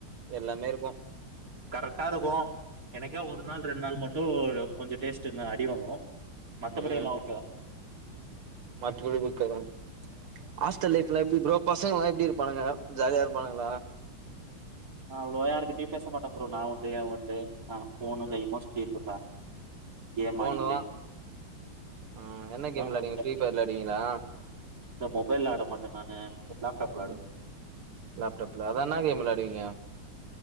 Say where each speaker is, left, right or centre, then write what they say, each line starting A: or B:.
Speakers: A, on the right; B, on the right.
A: எல்லாமே இருக்கும்
B: கரெட்டா இருக்கும் எனக்கே ஒரு நாள் ரெண்டு நாள் மட்டும் கொஞ்சம் டேஸ்ட் என்ன அடிவாங்கும் மத்தபடி
A: ம்
B: எல்லாம் ஓகே தான்
A: மத்தபடி ஓகே தான் ஹாஸ்டல் லைஃப் எல்லா எப்டி ப்ரோ பசங்கலாம் எப்டி இருப்பாங்க ஜாலியா இருப்பானுங்களா
B: அவ்ளோவா யாருகிட்டயும் பேச மாட்டே ப்ரோ நா உண்டு என் உண்டு ஆ ஃபோனு
A: ம்
B: கையுமா சுத்திட் இருப்பேன் கேம்
A: ஃபோனு
B: ஆடிகிட்டு
A: ஆ என்ன கேம் விளையாடுவீங்க
B: வாழ்க்க
A: ஃப்ரி ஃபையர் விளாடுவீங்களா
B: இந்த மொபைல்ல ஆட மாட்டே நானு லேப்டாப்புல
A: ம்
B: ஆடுவே
A: லேப்டாப்ல அதான்ன கேம் விளாடுவீங்க